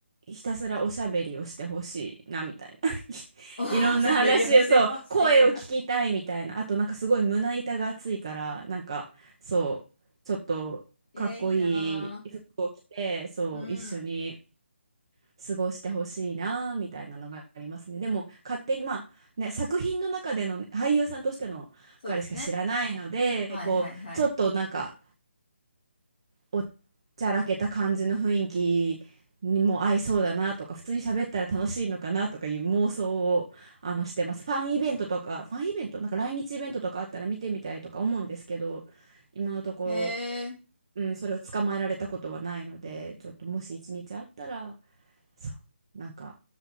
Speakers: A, on the right (about 25°); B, on the left (about 35°).
A: ひたすらおしゃべりをしてほしいな、みたいな。<laughs>
B: <laughs> お喋りをしてほしいな。
A: いろんな話を、そう、声を聞きたいみたいな。あと、なんかすごい胸板が厚いから、なんか、そう、ちょっとかっこいい服を着て、
B: えーいいな
A: そう、
B: ー。うん。
A: 一緒に過ごしてほしいな、みたいなのがありますね。でも、勝手に、まあ、ね、作品の中でのね俳優さんとしての彼しか知らないので、
B: そうですね。はいはいはい。
A: こう、ちょっとなんか、おっちゃらけた感じの雰囲気にも合いそうだなとか、普通に喋ったら楽しいのかなとかいう妄想をあのしてます。ファンイベントとか、ファンイベント、なんか来日イベントとかあったら見てみたいとか思うんですけど、今のとこ
B: へえ、
A: ろ、うん、それを捕まえられたことはないので、ちょっともし一日あったら、そう、なんか